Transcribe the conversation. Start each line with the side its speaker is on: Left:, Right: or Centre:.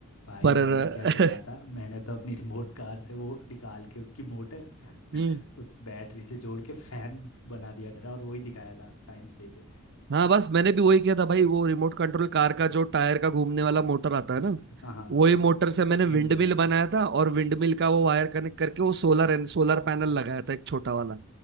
Left: भाई
Right: पर
Left: मैंने क्या करा
Right: <laughs>
Left: था मैंने तो अपनी रिमोट कार से वो निकाल के उसकी मोटर <laughs>
Right: हम्म
Left: उस बैटरी से जोड़ के फैन बना दिया था और वही दिखाया था साइंस डे पे
Right: हाँ बस मैंने भी वही किया था भाई वो रिमोट कंट्रोल कार का जो टायर का घूमने वाला मोटर आता है ना
Left: हाँ हाँ
Right: वही मोटर से
Left: सेम
Right: मैंने विंड
Left: वही
Right: मिल बनाया था और विंड मिल का वो वायर कनेक्ट करके वो सोलर सोलर पैनल लगाया था एक छोटा वाला